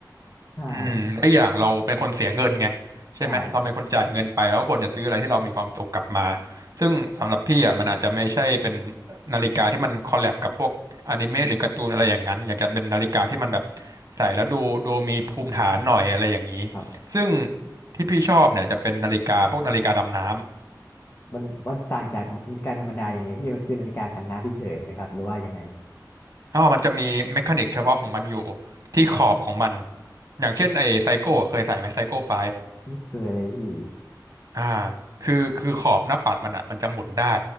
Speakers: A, on the left; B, on the right.
A: ใช่
B: อืมแล้วอย่างเราเป็นคนเสียเงินไงใช่ไหมเราเป็นคนจ่ายเงินไปแล้วก็ควรจะซื้ออะไรที่เรามีความสุขกลับมา
A: ใช่
B: ซึ่งสำหรับพี่อ่ะมันอาจจะไม่ใช่เป็นนาฬิกาที่มันคอลแลบกับพวกอนิเมะหรือการ์ตูนอะไรอย่างนั้นอยากจะเป็นนาฬิกาที่มันแบบใส่แล้วดูดูมีภูมิฐานหน่อยอะไรอย่างนี้
A: ครับ
B: ซึ่งที่พี่ชอบเนี่ยจะเป็นนาฬิกาพวกนาฬิกาดำน้ำ
A: มันมันต่างจากนาฬิกาธรรมดายังไงพี่มันคือนาฬิกากันน้ำเฉยๆไหมครับหรือว่ายังไง
B: อ๋อมันจะมีเมคานิกเฉพาะของมันอยู่ที่ขอบของมันอย่างเช่นไอ้ไซโก้เคยใส่ไหมไซโก้ไฟ
A: ไม่เคยเลยพี่
B: อ่าคือคือขอบหน้าปัดมันอ่ะมันจะหมุนได้